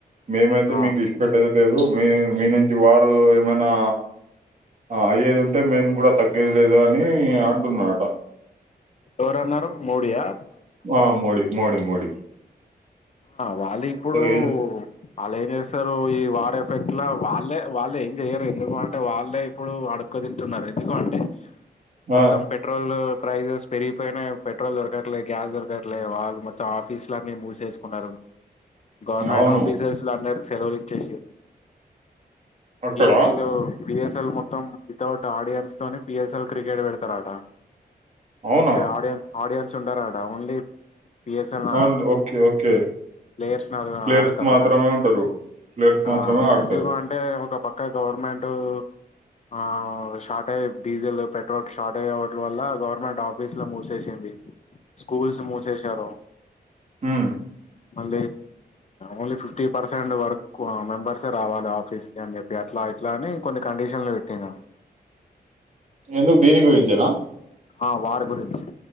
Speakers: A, on the right; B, on the left.
A: మేమైతే
B: ఆ
A: మీకు ఇడిసిపెట్టేది లేదు మీ మీ నుంచి వార్ ఏమైనా ఆ అయ్యేది ఉంటే మేము కూడా తగ్గేది లేదు అని అంటున్నాడట
B: ఎవరన్నారు మోడీ యా
A: వా మోడి మోడి మోడ్
B: ఆ వాళ్ళిప్పుడు
A: ఏదో
B: వాళ్ళు ఏం చేస్తారు ఈ వా పెట్లా వాళ్ళే వాళ్ళే చెయ్యరు ఎందుకు అంటే వాళ్ళే ఇప్పుడు అడక్క తింటున్నారు ఎందుకు అంటే మొత్తం
A: ఆ
B: పెట్రోల్ ప్రైజెస్ పెరిగిపోయినా ఏం పెట్రోల్ దొరకట్లే గ్యాస్ దొరకట్లే వాళ్ మొత్తం ఆఫీస్ లు అన్ని మూసేసి ఉన్నారు గవర్నమెంట్
A: అవును
B: ఆఫీసెస్ లో అందరూ సెలవులు ఇచ్చేసి
A: అక్కడ
B: బిఎస్ఎల్ బిఎస్ ల్ మొత్తం వితౌట్ ఆడియన్స్ తో పిఎస్ఎల్ క్రికెట్ పెడతారట
A: అవునా
B: అంటే ఆడియన్ ఆడియన్స్ చుండరట ఓన్లీ బిఎస్ఎల్
A: అవును ఓకే ఓకే
B: ప్లేయర్స్
A: ప్లేయర్స్
B: ఆడతారట
A: మాత్రమే ఉంటారు ప్లేయర్స్
B: ఆ
A: మాత్రమే ఆడతారు
B: ఎందుకు అంటే ఒక పక్క గవర్నమెంట్, ఆ షార్టేజ్ డీజిల్ పెట్రోల్ షార్టేజ్ అవ్వడం వల్ల గవర్నమెంట్ ఆఫీసులో మూసేసింది. స్కూల్స్ మూసేసారు
A: మ్మ్
B: <unintelligible> only fifty percent work members రావాలి ఆఫీస్ కి అని చెప్పి అట్లా ఇట్లా అని కొన్ని కండిషన్లు పెట్టింరు
A: ఎందుకు దీని గురించేనా
B: అ వార్ గురిం